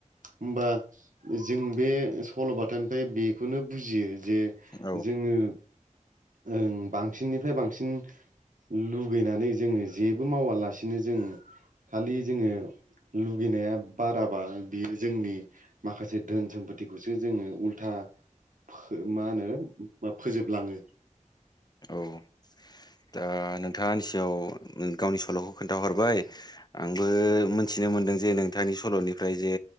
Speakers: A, on the right; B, on the left.
A: होमबा जों बे सल'बाथानिफ्राय बे बेखौनो बुजियो जे
B: औ
A: जोङो । ओं बांसिननिफ्राय बांसिन लुगैनानै जोङो जेबो मावालासिनो जों खालि जोङो । लुगैनाया बाराबा बियो जोंनि माखासे धोन सम्फथिखौसो जोङो उल्था फो मा होनो मा फोजोबलाङो।
B: औ दा नोंथाङा आंनि सिगाङाव गावनि सल'खौ खोन्थाहरबाय । आंबो मिथिनो मोनदों। जे नोंथांनि सल'निफ्राय जे